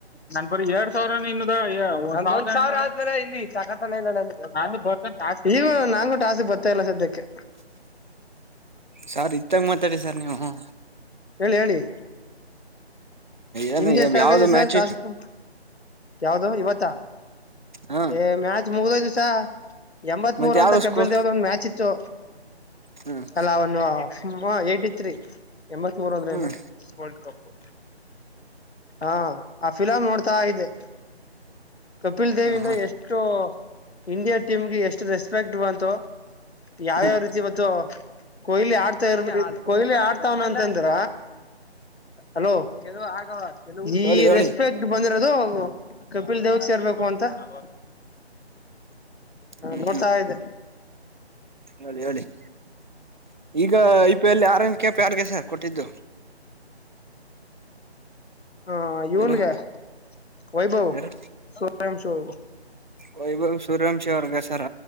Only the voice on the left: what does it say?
ನನ್ ಬರಿ ಎರಡ್ ಸಾವಿರನೇ ಇನ್ನದೆ ಎರಡ್ಸಾವ್ರ ಆದ್ಮೇಲೆ ಇನ್ನು ಇಲ್ಲಿ ತಕತನೇ ಇಲ್ಲ ನಂದು <unintelligible> ಈಗ ನಂಗೂ ಟಾಸ್ಕ್ ಬರ್ತಾ ಇಲ್ಲ ಸದ್ಯಕ್ಕೆ.
ಹೇಳಿ ಹೇಳಿ
ನಿಮ್ದ ಎಷ್ಟ್ ಆಗದೆ
ಸರಟಾಸ್ಕು
ಯಾವ್ದು ಇವತ್ತ
ಏ ಮ್ಯಾಚ್ ಮುಗ್ದೋಯ್ತು ಸಾ ಎಂಬತ್ಮೂರು
ಅಂತ ಕಪಿಲ್
ದೇವ್ದ ಒಂದ್ ಮ್ಯಾಚ್ ಇತ್ತು.
ಅಲ್ಲ ಅವ್ನು ಟಿ <inaudible> ತ್ರಿ ಎಂಬತ್ ಮೂರ್ ಅಂದ್ರೆ
ಏನು, ವರ್ಲ್ಡ್ ಕಪ್ಪು ಹಾ ಫಿಲಾಮನೊಡ್ತಾ ಇದೆ. ಕಪಿಲ್ ದೇವ ಇಂದ
ಎಷ್ಟು ಇಂಡಿಯಾ ಟೀಮ್ಗೆ ಎಷ್ಟು ರೆಸ್ಪೆಕ್ಟ್ ಬ ತೋ <inaudible> ಯಾವ್ಯಾವ
ರೀತಿ ಇವತ್ತು <unintelligible> ಕೊಹ್ಲಿ ಆಡ್ತಾ ಇರ್ ಕೊಹ್ಲಿ ಆಡ್ತಾವನ ಅಂತಂದ್ರ ಹಲೋ <unintelligible> <unintelligible> <inaudible> ಈ
ರೆಸ್ಪೆಕ್ಟ್ ಬಂದಿರದು ಕಪಿಲ್ ದೇವಕ್ ಸೇರ್ಬೇಕು ಅಂತಹ
ನೋಡ್ತಾ
ಇದೆ
ಹಾ ಇವನ್ಗೆ
ವೈಭವ
ಸೂರ್ಯವಂಶಿ